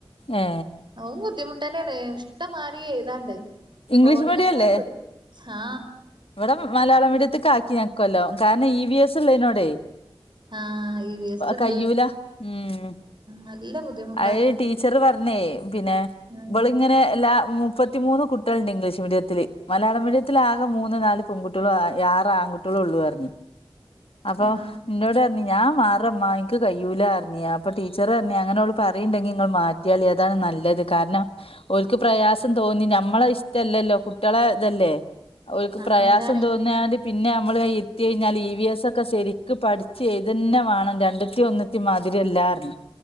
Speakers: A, on the left (about 80°); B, on the right (about 55°).
A: ഏ
B: അതും ബുദ്ധിമുട്ട് തന്നെയാണ്. ഇഷ്ടം മാരി എഴുതാനുണ്ട്.
A: ഇംഗ്ലീഷ്
B: ഫോണിൽ
A: മീഡിയം
B: അങ്ങനെ
A: അല്ലേ
B: വിടും. ആ.
A: ഇവിടെ മലയാള മീഡിയത്തെ ക്ക് ആക്കി ഞാൻ ഇകൊല്ലം. കാരണം ഇ വി എസ് ഉള്ളതിനോടെ
B: ആഹ് ഇ വി എസ് ഇണ്ട്
A: കയ്യൂല. ഉം.
B: നല്ല ബുദ്ധിമുട്ടാ
A: അ ടീച്ചർ പറഞ്ഞേ പിന്നെ
B: ഉം
A: ഇവൾ ഇങ്ങനെ എല്ലാ മുപ്പത്തിമൂന്ന് കുട്ടി കുട്ടികളുണ്ട് ഇംഗ്ലീഷ് മീഡിയത്തില്, മലയാള മീഡിയത്തിൽ ആകെ മൂന്ന് നാല് പെൺുട്ടികളും, ആറ് ആൺകുട്ടികള ഉള്ളു പറഞ്ഞു. അപ്പൊ
B: ആഹ്
A: എന്നോട് പറഞ്ഞു. ഞാൻ മാറമ്മ എനിക്ക് കയുലാന്ന്, അപ്പൊ ടീച്ചർ പറഞ്ഞു അങ്ങനെ ഓൾ പറയുണ്ടെങ്കിൽ നിങ്ങൾ മാറ്റികൊളിൻ അതാണ് നല്ലത്. കാരണം ഓൽ ക്ക് പ്രയാസം തോന്നി നമ്മളെ ഇഷ് ഇഷ്ടം ല്ലല്ലോ കുട്ടികളെ ഇതല്ലേ, ഓല്ക്
B: ആഹ്
A: പ്രയാസം
B: അതാണേ
A: തോന്നിയാല് പിന്നെ നമ്മൾ ഇരുത്തി കഴിഞ്ഞാൽ ഇ വി എസ് ഒക്കെ, ശരിക്ക് പഠിച്ച് എഴുതന്നെ വേണം രണ്ട് രണ്ടുത്തി ഒന്നിത്തി മാതിരിഅല്ലാർന്നു.